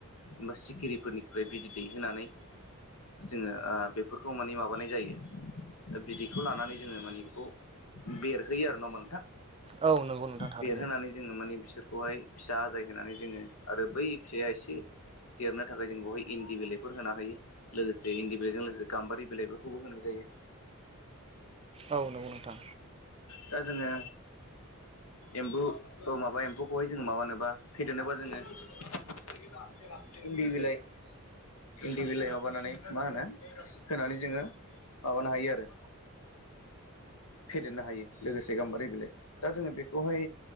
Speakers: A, on the left (about 80°); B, on the right (about 25°).
A: बा सिखिरिफोरनिफ्राय बिदै दैहोनानै। जोङो ओ बेफोरखौ माने माबानाय जायो। बिदैखौ लानानै जोङो माने बेखौ बेरहोयो आरो ना होमबा नोंथां।
B: औ नंगौ नोंथां थारैनो
A: बेरहोनानै जोङो माने बिसोर खौहाय फिसा आजाय होनानै जोङो आरो बै फिसाया एसे देरनो थाखाय जों बेवहाय इन्दि बिलाइफोर होना हायो लोगोसे इन्दि बिलाइजों लोगोसे। गाम्बारि बिलाइफोरखौबो होनाय जायो
B: औ नंगौ नोंथां
A: दा जोङो। एमबु अ माबा एम्फौखौहाय जोङो माबानोबा फेदेरनोबा जोङो। इन्दि बिलाय
B: <unintelligible>
A: इन्दिबिलाइ माबानानै मा होनो होनानै जोङो माबानो हायो आरो। ख <unintelligible> फेदेरनो हायो लोगोसे गाम्बारि बिलाइ दा जोङो बेखौहाय